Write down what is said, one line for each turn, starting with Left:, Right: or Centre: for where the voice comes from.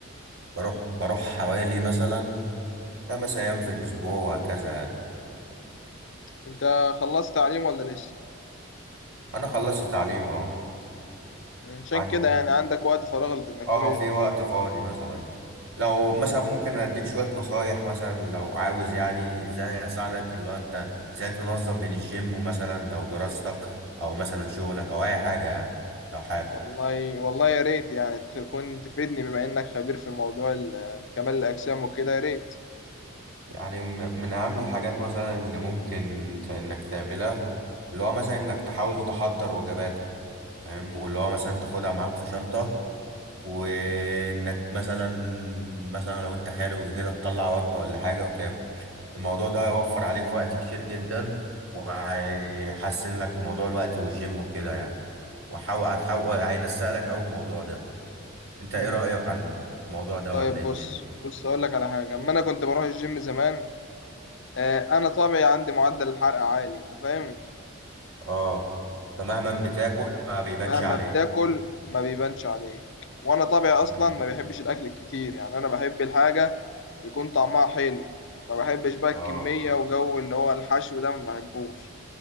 Right: بروح بروح حوالي مثلا خمس ايام في الاسبوع وهكذا يعني
Left: انت خلصت تعليم ولا لسه
Right: انا خلصت تعليم اه
Left: عشان
Right: عن
Left: كده يعني عندك وقت فراغ انك
Right: اه
Left: تروح الجيم
Right: في وقت فاضي مثلا لو مثلا ممكن اديك شوية نصايح مثلا لو عاوز يعني ازاي اساعدك اللي هو انت ازاي تنظم بين الجيم ومثلا او دراستك او مثلا شغلك او اي حاجة يعني لو حابب
Left: والله والله يا ريت يعني تكون تفيدني بما انك خبير في موضوع ال- كمال الاجسام وكده يا ريت
Right: يعني م- من اهم الحاجات مثلا اللي ممكن ت- انك تعملها اللي هو مثلا انك تحاول تحضر وجباتك فاهم واللي هو مثلا تاخدها معاك في شنطة وانك مثلا مثلا لو انت خارج وكده تطلع وجبة ولا حاجة وتاكل الموضوع ده هيوفر عليك وقت كتير جدا وهيحسن لك في موضوع الوقت والجيم وكده يعني وحاول هتحاول هينسق لك اول الموضوع ده انت
Left: مم.
Right: ايه رأيك عن الموضوع ده
Left: طيب
Right: ولا ايه
Left: بص
Right: الدنيا
Left: بص اقول لك على حاجه اما انا كنت بروح الجيم زمان آه، انا طبعي عندي معدل الحرق عالي انت فاهم
Right: اه فمهما بتاكل ما بيبانش
Left: مهما
Right: عليك
Left: بتاكل ما بيبانش عليك وانا طبيعي اصلا
Right: امم
Left: ما بيحبش الاكل الكتير يعني انا بحب الحاجه يكون طعمها حلو ما بحبش بقى
Right: اه
Left: الكميه وجو اللي هو الحشو ده ما بحبوش